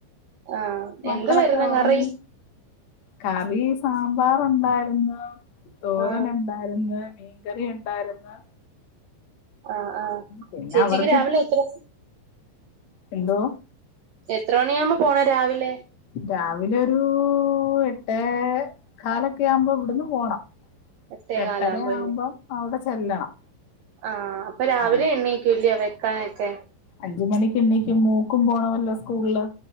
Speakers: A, on the right; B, on the left.
A: ആഹ്
B: മക്കളൊക്കെ
A: എന്ത് വാര്ന്ന്
B: ഉറങ്ങി
A: കറി
B: കറി സാമ്പാറ ഉണ്ടായിരുന്നു തോരൻ
A: ആ
B: ഉണ്ടായിരുന്നു മീൻകറി ഉണ്ടായിരുന്നു
A: ആഹ് ആഹ്
B: പിന്നെ
A: ചേച്ചിക്ക്
B: അവർക്ക്
A: രാവിലെ എത്ര
B: എന്തോ
A: എത്ര മണിയാഉമ്പോ പോണ രാവിലെ
B: രാവിലെ ഒരു എട്ടേ കാലൊക്കെ ആകുമ്പോ ഇവിടന്ന് പോണം
A: എട്ടേ
B: എട്ടര
A: കാലാകുമ്പോ
B: ആവുമ്പം അവിടെ ചെല്ലണം
A: ആഹ് അപ്പൊ രാവിലെ
B: ആ
A: എണ്ണീക്കൂല്ല വെക്കാനൊക്കെ
B: അഞ്ച മണിക്ക് എണ്ണീക്കും മൂക്കും പോണമല്ലോ സ്കൂളില്